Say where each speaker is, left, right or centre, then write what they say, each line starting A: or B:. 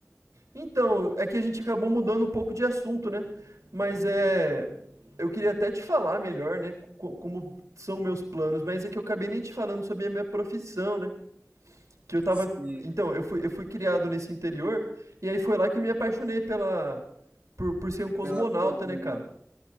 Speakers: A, on the right; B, on the right.
A: Então, é que a gente acabou mudando um pouco de assunto, né? Mas é. Eu queria até te falar melhor, né? co- Como são meus planos, mas é que eu acabei nem te falando sobre a minha profissão, né? Que eu tava.
B: Sim,
A: Então, eu fui, eu fui criado nesse interior, e aí foi lá que eu me apaixonei pela. Por, por ser um cosmonauta,
B: pela pós-monal.
A: né, cara?